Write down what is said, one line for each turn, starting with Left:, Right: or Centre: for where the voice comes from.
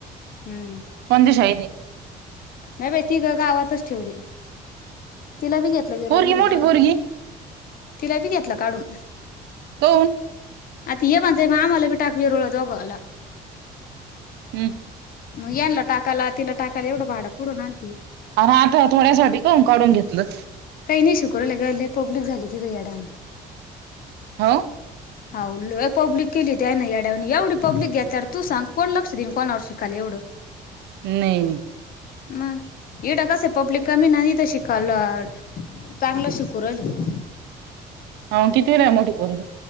Left: हम्म
Right: कोणते शाळेत आहे.
Left: नाही बाई ती ग गावातच ठेवली तिला बी घेतलं
Right: पोरगी
Left: <unintelligible> मधून
Right: मोठी
Left: काढून.
Right: पोरगी
Left: तिला बी घेतलं काढून.
Right: कोण?
Left: अ ती हे बण जा म आम्हाला बी टाक बीरळोला टाक
Right: हम्म.
Left: मग यांनला टाका ला तिला टाकायला एवढं भाडं कुठून आण
Right: आणि हात थोड्यासाठी का काढून घेतलं.
Left: काही नाही शिकून लागललय पब्लिक झाली तिथे याडा आणि.
Right: हो..
Left: हा लय पब्लिक केली त्या ना याड्या एवढी पब्लिक घेतल्यावर तू सांग कोण लक्ष देईन कोणावर शिकाल एवढं.
Right: नाही नाही.
Left: मग एडाक कस पब्लिक कमी नाथ शिकाल्लोड. चांगलं शिकून राहीली.
Right: ह कितवीला आहे मोठी पोरगी.